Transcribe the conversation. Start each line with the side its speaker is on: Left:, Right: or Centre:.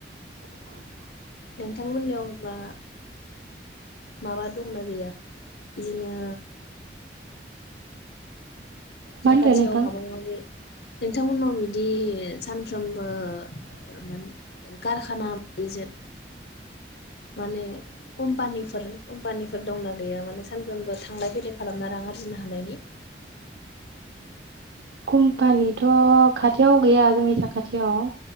Right: <inaudible>
Left: नोंथांमोननियाव होनबा माबा दंना गैया बिदिनो
Right: मा
Left: साखाथियाव
Right: होनदो नोंथां
Left: माबा माबि नोंथांमोननाव बिदि सानफ्रोमबो माने कारखानाजों माने कम्पानिफोर कम्पानिफोर दंना गैया माने सानफ्रोमबो थांलाय फैलाय खालामना रां आरजिनो हानायनि
Right: कम्पानिथ खाथियाव गैया जोंनि साखाथियाव